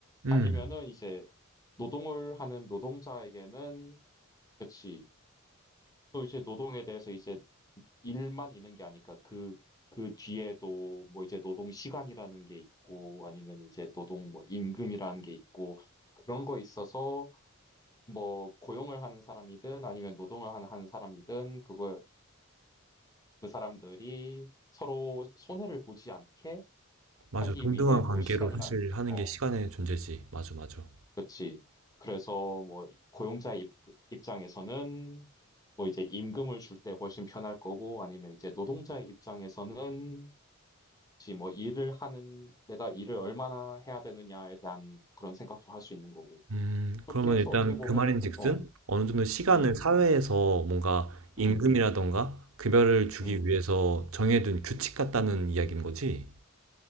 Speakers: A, on the right (about 70°); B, on the left (about 15°).
A: 음,
B: 아니면은 이제 노동을 하는 노동자에게는 그치 또 이제 노동에 대해서 이제 일만 있는 게 아니까 그, 그 뒤에도 뭐 이제 노동 시간이라는 게 있고 아니면 이제 노동 뭐 임금이라는 게 있고 그런 거 있어서 뭐 고용을 하는 사람이든 아니면 노동을 하는, 하는 사람이든 그걸 그 사람들이 서로 손해를 보지 않게
A: 맞아.
B: 하기
A: 동등한
B: 위해
A: 관계로
B: 또 시간이란
A: 사실 하는
B: 어
A: 게 시간의 존재지. 맞아, 맞아.
B: 그렇지 그래서 뭐 고용자의 입, 입장에서는 뭐 이제 임금을 줄 때 훨씬 편할 거고 아니면 이제 노동자의 입장에서는 혹시 뭐 일을 하는 내가 일을 얼마나 해야 되느냐에 대한 그런 생각도 할 수 있는 거고
A: 음
B: 그렇게
A: 그러면
B: 해서
A: 일단
B: 어찌 보면은
A: 그 말인즉슨
B: 되- 어,
A: 어느 정도 시간을
B: 음,
A: 사회에서 뭔가 임금이라던가
B: 음,
A: 급여를 주기
B: 음.
A: 위해서 정해둔 규칙 같다는 이야기인 거지?